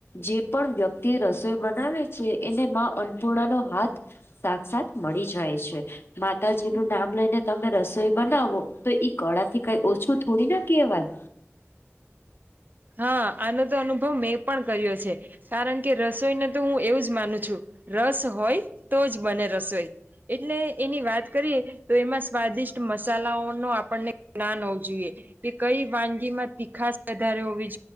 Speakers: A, on the left (about 55°); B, on the right (about 40°).
A: જે પણ વ્યક્તિ રસોઈ બનાવે છે, એને માં અન્નપૂર્ણાનો હાથ સાક્ષાત મળી જાય છે, માતાજી નું નામ લઈને તમે રસ જો બનાવો તો ઈ કળા થી કઈ ઓછું થોડી ના કહેવાય.
B: હા આનો તો અનુભવ મેં પણ કર્યો છે, કારણ કે રસોઈને તો હું એવું જ માનું છું. રસ હોય તો જ બને રસોઈ એટલે એની વાત કરીએ. તો એમાં સ્વાદિષ્ટ મસાલાઓ ન આપણને જ્ઞાન હોવું જોઈએ, દીકરી વાનગી માં તીખાસ વધાર. જો